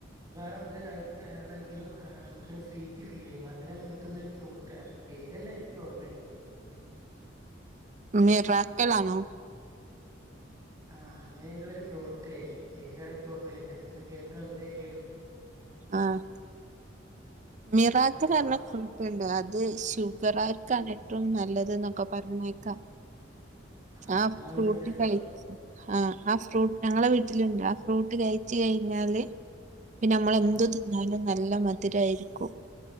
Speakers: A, on the right; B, on the right.
A: വേറെ എന്ത് കഴിക്കാണെങ്കിലും നമുക്ക് സ്വീറ്റ് ഫീൽ ചെയ്യും മധുരം കി ട്ടുന്ന ഒരു ഫ്രൂട്ട് അന്റെ പേര്ന്ന നിക്ക് ഓർമ്മയില്ല
B: മിറാക്കലാണോ
A: ആഹ് അങ്ങനെ എന്തോ ഒരു ഫ്രൂട്ട് എനിക്ക് പേര് കറക്റ്റ് ഓർമ്മയില്ല ഞാനിപ്പ ഇന്ന് കേട്ടു വന്നതല്ലേള്ളു
B: ആഹ് മിറാക്കിൾ
A: അപ്പൊ
B: ന്ന പറഞ്ഞ ഫ്യൂ ട്ട് ഉണ്ട് അത് ഷുഗറാർക്കാണ് ഏറ്റവും നല്ലത് എന്നൊക്കെ പറഞ്ഞേക്കാം
A: ആ
B: ആഹ്
A: നിങ്ങളെ
B: ഫ്രൂട്ടി
A: വീട്ടിലുണ്ടോ
B: കയിച്ച ആഹ് ആഹ് ഫ്രൂട്ട് ഞങ്ങളെ വീട്ടിലുണ്ട് ആ ഫ്രൂട്ട് കയ്ച്ച് കഴിഞ്ഞാല് പിന്നെ നമ്മളന്തു
A: ആ ആ
B: തിന്നാലും നല്ല മധുരയിരിക്കും